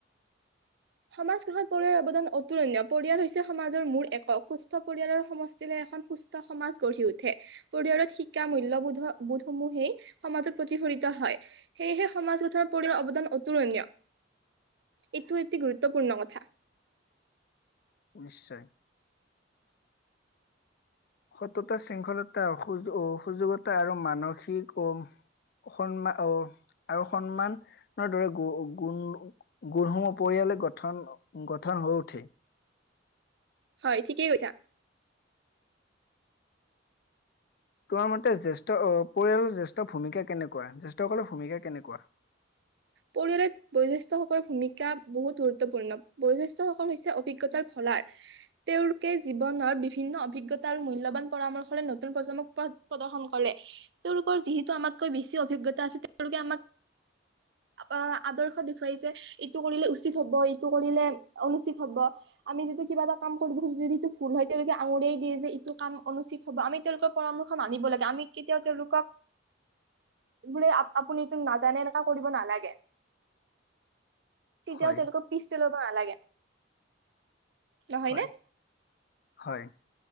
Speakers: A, on the right; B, on the left.
A: সমাজ কষত পৰিয়ালৰ অৱদান অতুলনীয় পৰিয়াল হৈছে সমাজৰ মূল একক সুস্থ পৰিয়ালৰ সমষ্টিলে এখন- সুস্থ সমাজ গঢ়ি উঠে। পৰিয়ালত শিকা মূল্যয়বোধ বোধসমূহেই সমাজত প্ৰতিফলিত হয়ঁ। সেয়েহে সমাজ গঠনৰ পৰিয়ালৰ অৱদান অতুলনীয় এইটো অতি গুৰুত্বপূৰ্ণ কথা।
B: নিশ্চয়। সততা, শৃংখলতা, অসু সুযোগতা আৰু মানসিক অ সন্মা অহ আৰু সন্মানৰ দৰে গ গুণ গুণসমূহ পৰিয়ালে গঠন গঠন হৈ উঠে।
A: হয় ঠিকেই কৈছা।
B: তোমাৰ মতে জ্যেষ্ঠ অ পৰিয়ালৰ জ্যেষ্ঠ ভূমিকা কেনেকুৱা? জ্যেষ্ঠসকলৰ ভূমিকা কেনেকুৱা?
A: পৰিয়ালত বয়োজ্যেষ্ঠ সকলৰ ভূমিকা বহুত গুৰুত্বপূৰ্ণ, বয়োজ্যেষ্ঠ সকল হৈছে অভিজ্ঞতাৰ ফলাৰ। তেওঁলোকে জীৱনৰ বিভিন্ন অভিজ্ঞতা আৰু মূল্যবান পৰামৰ্শলৈ নতুন প্ৰজন্মক প্ৰ প্ৰদৰ্শন কৰে তেওঁলোকৰ যিহেতু আমাতকৈ বেছি অভিজ্ঞতা আছে তেওঁলোকে আমাক অ আদৰ্শ দেখুৱাই যে ইটো কৰিলে উচিত হব, ইটো কৰিলে অনুচিত হব। আমি যিটো কিবা এটা কাম কৰিব খোজো যদি এইটো ভুল হয় তেওঁলোকে আঙুৰিয়াই দিয়ে যে এইটো কাম অনুষ্ঠচিত হ'ব আমি তেওঁলোকৰ পৰামৰ্শ মানিব লাগে, আমি কেতিয়াও তেওঁলোকক বোলে আপ আপুনি তো নাজানে এনেকা কৰিব নালাগে। তেতিয়াও
B: হয়
A: তেওঁলোকক পিছ পেলাব নালাগে। নহয়
B: হয়,
A: নে
B: হয়।